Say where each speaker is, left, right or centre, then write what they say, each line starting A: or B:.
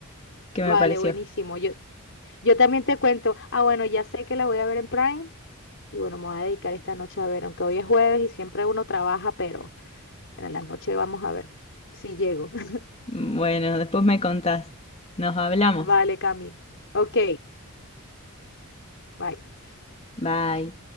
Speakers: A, on the left; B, on the left.
A: qué
B: Vale,
A: me pareció.
B: buenísimo. Yo, yo también te cuento. Ah, bueno, ya sé que la voy a ver en Prime y bueno, me voy a dedicar esta noche a ver, aunque hoy es jueves y siempre uno trabaja, pero en la noche vamos a ver si llego. <laughs>
A: Bueno, después me contás. Nos hablamos.
B: Vale, Cami. Ok, bye.
A: Bye.